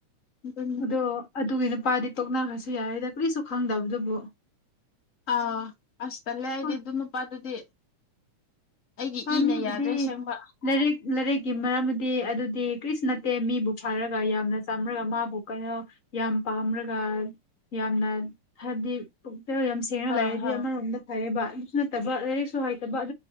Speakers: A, on the left (about 65°); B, on the left (about 40°).
A: <inaudible>
B: ꯑꯗꯣ ꯑꯗꯨꯒꯤ ꯅꯨꯄꯥꯗꯤ ꯇꯣꯛꯅꯈ꯭ꯔꯁꯨ ꯌꯥꯏꯗ ꯀꯔꯤꯁꯨ ꯈꯪꯗꯕꯗꯨꯕꯨ꯫
A: ꯑꯥ ꯑꯁ ꯇꯜꯂꯦ ꯑꯩꯗꯤ
B: ꯍꯣꯏ
A: ꯑꯗꯨ ꯅꯨꯄꯥꯗꯨꯗꯤ꯫ ꯑꯩꯒꯤ
B: ꯍꫭꯏ
A: ꯏꯅ
B: ꯃꯤꯕꯨꯗꯤ
A: ꯌꯥꯗ꯭ꯔꯦ ꯁꯦꯡꯕ
B: ꯂꯥꯏꯔꯤꯛ ꯂꯥꯏꯔꯤꯛꯀꯤ ꯃꯔꯝꯗꯤ ꯑꯗꯨꯗꯤ ꯀ꯭ꯔꯤꯁꯨ ꯅꯠꯇꯦ ꯃꯤꯕꯨ ꯐꯔꯒ ꯌꯥꯝꯅ ꯆꯥꯝꯔꯒ ꯃꯥꯕꯨ ꯀꯩꯅꯣ ꯌꯥꯝ ꯄꯥꯝꯔꯒ ꯌꯥꯝꯅ ꯍꯥꯏꯕꯗꯤ ꯄꯨꯛꯆꯦꯜ ꯌꯥꯝ ꯁꯦꯡꯔ
A: ꯍꯣꯏ
B: ꯂꯩꯔꯗꯤ
A: ꯍꯣꯏ
B: ꯑꯃꯔꯣꯝꯗ ꯐꯩꯌꯦꯕ꯫ ꯑꯗꯨꯁꯨ ꯅꯠꯇꯕ ꯂꯥꯏꯔꯤꯛꯁꯨ ꯍꯩꯇꯕ <inaudible>